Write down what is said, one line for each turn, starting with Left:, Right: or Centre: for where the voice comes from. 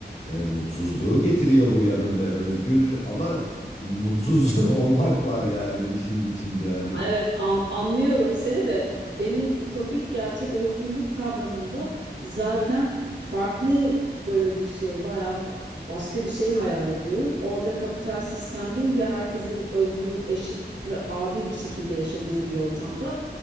Left: e, mutsuzluğu getiriyor bu yanında. Özgür ama mutsuz <laughs> olmak var yani işin içinde. Hani
Right: Evet an- anlıyorum seni de benim ütopik gerçek özgürlük kavramında zaten farklı böyle bir şey bayağı fa- başka bir şey hayal ediyorum. Orada kapital sistem değil de herkesin özgür, eşit ve adil bir şekilde yaşadığı bir ortamda.